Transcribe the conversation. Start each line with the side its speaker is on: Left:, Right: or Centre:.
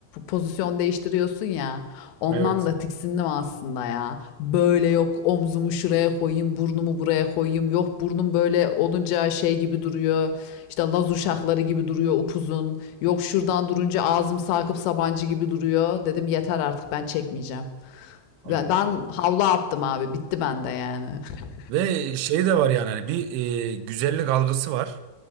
Left: pozisyon değiştiriyorsun ya. Ondan
Right: Evet.
Left: da tiksindim aslında ya. Böyle yok omzumu şuraya koyayım, burnumu buraya koyayım. Yok burnum böyle olunca şey gibi duruyor. İşte Laz uşakları gibi duruyor upuzun. Yok şuradan durunca ağzım Sakıp Sabancı gibi duruyor. Dedim yeter artık ben çekmeyeceğim.
Right: Anladım.
Left: Ben, ben havlu attım abi. Bitti bende yani. <laughs>
Right: Ve şey de var yani hani bir e, güzellik algısı var.